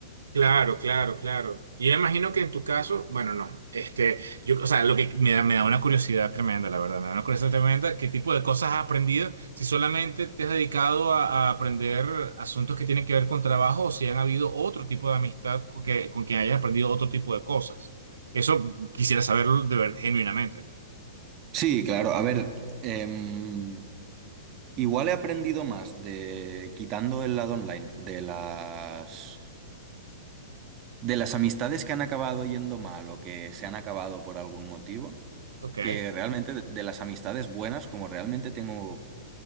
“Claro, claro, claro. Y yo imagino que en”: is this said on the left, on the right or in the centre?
Right